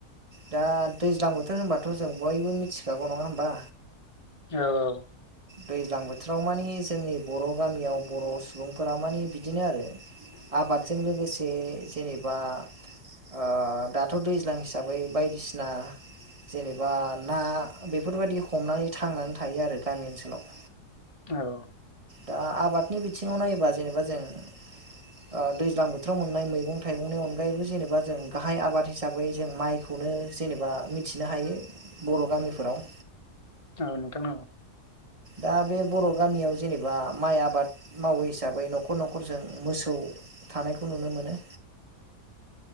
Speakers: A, on the right; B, on the left.
A: दा दैज्लां बोथोर होनबाथ' जों बयबो मिथिखागौ नङा होमबा
B: औ औ
A: दैज्लां बोथोराव मानि जोंनि बर' गामियाव बर' सुबुंफोरा माने बिदिनो आरो आबादजों लोगोसे जेनेबा ओ दाथ' दैज्लां हिसाबै बायदिसिना जेनेबा ना बेफोरबायदि हमनानै थांनानै थायो आरो गामि ओनसोलाव
B: औ
A: दा आबादनि बिथिङाव नायोबा जेनेबा जों ओ दैज्लां बोथोराव मोननाय मैगं थाइगंनि अनगायैबो जेनेबा जों गाहाय आबाद हिसाबै जों माइखौ नो जेनेबा मिथिनो हायो बर' गामिफोराव
B: औ नोंथां औ
A: दा बे बर' गामियाव जेनेबा माइ आबाद मावो हिसाबै न'खर न'खरजों मोसौ थानायखौ नुनो मोनो।